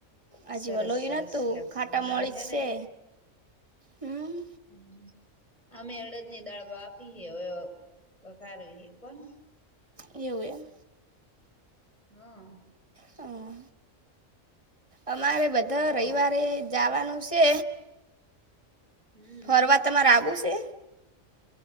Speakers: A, on the left; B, on the right.
A: સરસ
B: આજે વલોયું
A: સરસ
B: નતું
A: લો
B: ખાટા
A: અમારે
B: મોળી
A: હેને
B: જ છે હમ
A: હમ અમે અડદની દાળ બાફી હવે વખારવી હે કોણ.
B: એવું એ
A: હા.
B: હા અમારે બધા
A: આવ
B: રવિવારે જવાનું છે.
A: હમ
B: ફરવા તમારે આવું શે.